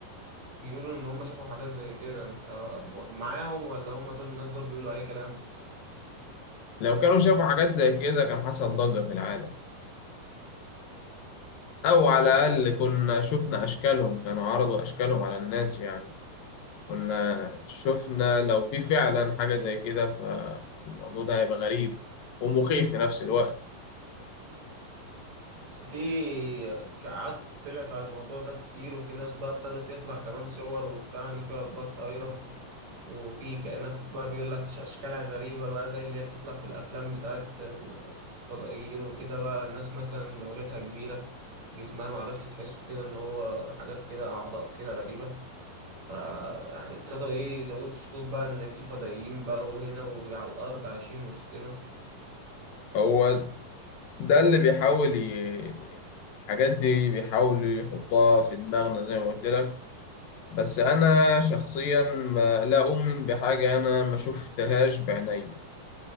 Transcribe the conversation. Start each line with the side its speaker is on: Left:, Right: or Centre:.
Right: بيقولوا ان هم شافوا حاجات زي كده انت م- معاهم ولا هم دول الناس دول بيقولوا اي كلام
Left: لو كانوا شافوا حاجات زي كده كان حصل ضجة في العالم أو على الأقل كنا شفنا أشكالهم كانوا عرضوا أشكالهم على الناس يعني كنا شفنا لو في فعلا حاجة زي كده فالموضوع ده هيبقى غريب ومخيف في نفس الوقت
Right: اصل في اشاعات طلعت على الموضوع ده كتير وفي ناس بقى ابتدت يطلع كمان صور وبتاع ان في اطباق طايره وفي كائنات بقى بيقول لك أش- اشكالها غريبه بقى زي اللي هي بتطلع في الافلام بتاعت الفضائيين وكده بقى الناس مثلا دماغتها كبيره جسمها معرفش تحسه كده ان هو حاجات كده اعضاء كده غريبه ف يعني ابتدوا ايه يزودوا الشكوك بقى ان في فضائيين بقى وهنا وعلى الارض عايشين وسطنا
Left: هو ده اللي بيحاول ي... الحاجات دي بيحاولوا يحطها في دماغنا زي ما قلت لك بس أنا شخصيا ما لا أؤمن بحاجة أنا ما شفتهاش بعينيا